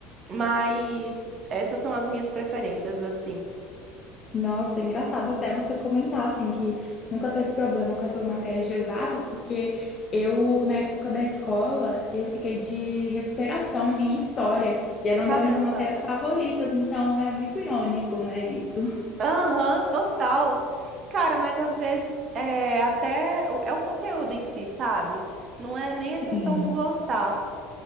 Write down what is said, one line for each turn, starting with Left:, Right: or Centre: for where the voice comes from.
Right: mas essas são as minhas preferências, assim.
Left: Nossa, é engraçado até você comentar assim que nunca teve problema com essas matérias de exatas, porque eu, na época da escola, eu fiquei de recuperação em história e era
Right: Caramba!
Left: uma das minhas matérias favoritas, então é muito irônico, né, isso?
Right: Aham, total. Cara, mas às vezes é até o- é o conteúdo em si, sabe? Não é nem
Left: Sim,
Right: a questão do gostar.